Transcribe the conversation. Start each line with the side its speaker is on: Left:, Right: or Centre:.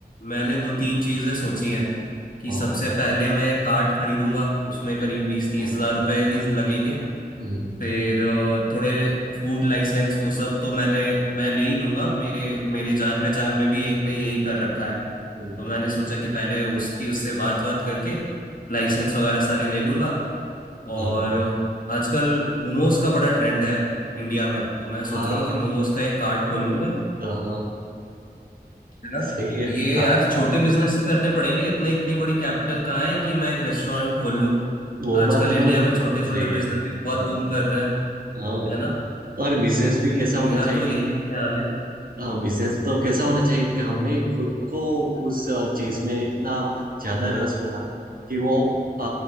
Left: मैंने दो तीन चीज़ें सोची हैं कि
Right: हाँ
Left: सबसे पहले मैं कार्ट खरीदूंगा उसमें करीब बीस तीस
Right: हाँ
Left: हज़ार रुपये ही लगेंगे
Right: हम्म,
Left: फिर अ, थोड़े फूड लाइसेंस वो सब तो मैंने मैं ले ही लूंगा मेरे मेरे जान पहचान में भी एक ने यही कर रखा है
Right: हम्म,
Left: तो मैंने सोचा कि पहले उसकी उससे बात बात करके लाइसेंस वगैरह सारे ले लूंगा और
Right: हाँ
Left: आजकल मोमोज का बड़ा ट्रेंड है इंडिया में तो मैं सोच
Right: हाँ
Left: रहा हूँ कि मोमोज का एक कार्ट खोल लूंगा
Right: हाँ, हाँ,
Left: है ना
Right: सही है
Left: ये
Right: हाँ
Left: यार छोटे बिजनेस ही करने पड़ेंगे इतने इतनी बड़ी कैपिटल कहाँ है कि मैं एक रेस्टोरेंट खोल लूँ
Right: वो
Left: आजकल
Right: बात तो
Left: इंडिया
Right: मतलब कोई
Left: में
Right: बिल्कुल
Left: छोटे छोटे
Right: सही
Left: बिजनेस
Right: है
Left: भी बहुत
Right: हाँ
Left: बूम कर रहे हैं
Right: हाँ
Left: है ना
Right: और बिजनेस
Left: मेरी-
Right: भी कैसा होना
Left: मेरा
Right: चाहिए
Left: तो
Right: कि
Left: यही ख्याल है
Right: हाँ बिजनेस तो कैसा होना चाहिए कि हमें खुद को उस चीज में इतना ज्यादा रस होना कि वो अ,